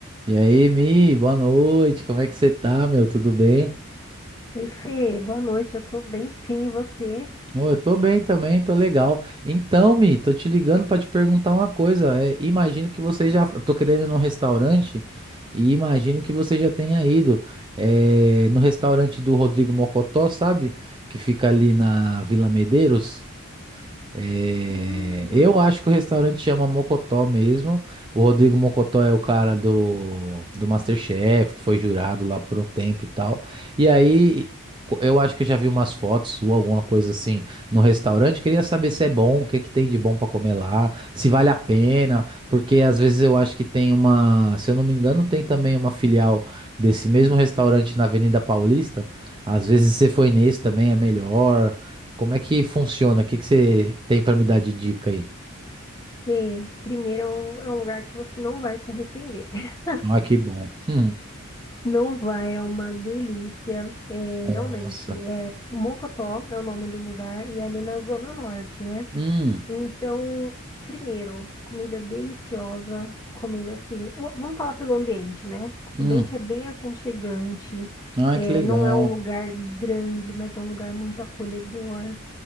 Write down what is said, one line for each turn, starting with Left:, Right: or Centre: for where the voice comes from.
Right: E aí, Mi, boa noite. Como é que você tá, meu? Tudo bem?
Left: Oi, Fê, boa noite. Eu tô bem, sim, e você?
Right: Ô, eu tô bem também, tô legal. Então, Mi, tô te ligando pra te perguntar uma coisa. É, imagino que você já. eu Tô querendo ir num restaurante e imagino que você já tenha ido é, no restaurante do Rodrigo Mocotó, sabe? Que fica ali na Vila Medeiros. É,
Left: Hum,
Right: eu acho que o restaurante chama Mocotó mesmo. O Rodrigo Mocotó é o cara do, do MasterChef, que foi jurado lá por um tempo e tal. E aí, co- eu acho que eu já vi umas fotos sua, alguma coisa assim, no restaurante. Queria saber se é bom, o que que tem de bom pra comer lá, se vale a pena, porque às vezes eu acho que tem uma, se eu não me engano, tem também uma filial desse mesmo restaurante na Avenida Paulista. Às vezes você foi nesse também, é melhor. Como é que funciona? O que que você tem pra me dar de dica aí?
Left: Fê, primeiro é um é um lugar que você não vai se arrepender. <laughs>
Right: Ah, que bom. Hum,
Left: Não vai, é uma delícia. É,
Right: nossa.
Left: realmente, é Mocotó é o nome do lugar e é ali na Zona Norte, né?
Right: Hum,
Left: Então, primeiro, comida deliciosa, comida assim, v- vamos falar pelo ambiente, né?
Right: hum.
Left: O ambiente é bem aconchegante,
Right: Ah,
Left: é,
Right: que legal.
Left: não é um lugar grande, mas é um lugar muito acolhedor.